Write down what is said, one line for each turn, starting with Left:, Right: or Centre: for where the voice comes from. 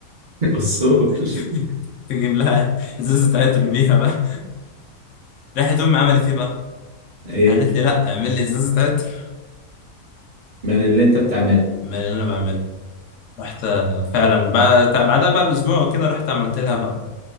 Right: اصول
Left: <laughs>
Right: <laughs>
Left: تجيب لها ازازة عطر بيها بقى راحت أمي عملت إيه بقى؟
Right: ايه
Left: قالت لي لأ اعمل لي ازازة عطر
Right: من اللي انت بتعمله
Left: أمال اللي أنا بعمله رحت فعلا بعد بعدها بقى باسبوع كده رحت عملت لها بقى